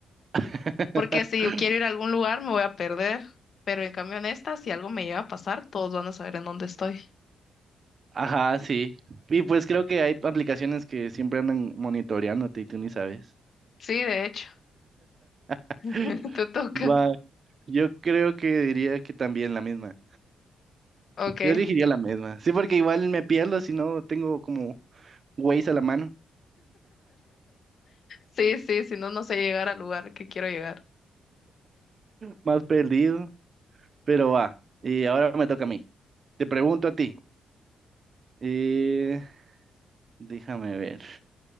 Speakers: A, on the right; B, on the left.
A: <laughs>
B: Porque si yo quiero ir a algún lugar me voy a perder, pero en cambio en esta, si algo me llega a pasar, todos van a saber en dónde estoy.
A: Ajá, sí. Y pues creo que hay aplicaciones que siempre andan monitoreándote y tú ni sabes.
B: Sí, de hecho,
A: <laughs>
B: <laughs> te toca.
A: Va, yo creo que diría que también la misma.
B: Ok,
A: Yo elegiría la misma. Sí, porque igual me pierdo si no tengo como Waze a la mano,
B: sí, sí, si no, no sé llegar al lugar que quiero llegar.
A: más perdido. Pero va, y ahora me toca a mí. Te pregunto a ti. eh, déjame ver.